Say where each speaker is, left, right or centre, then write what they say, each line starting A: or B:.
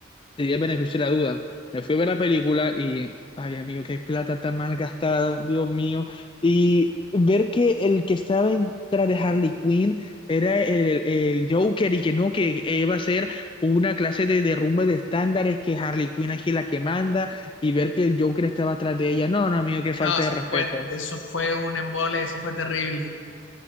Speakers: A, on the left; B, on the left.
A: diría el beneficio de la duda. Me fui a ver la película y, ay, amigo, qué plata tan mal gastada, Dios mío. Y ver que el que estaba en- tras de Harley Quinn era el, el- el Joker y que no, que eh, iba a ser una clase de derrumbe de estándares, que Harley Quinn aquí es la que manda, y ver que el Joker estaba atrás de ella. No, no, amigo, qué falta
B: No, eso
A: de respeto.
B: fue, eso fue un embole, eso fue terrible.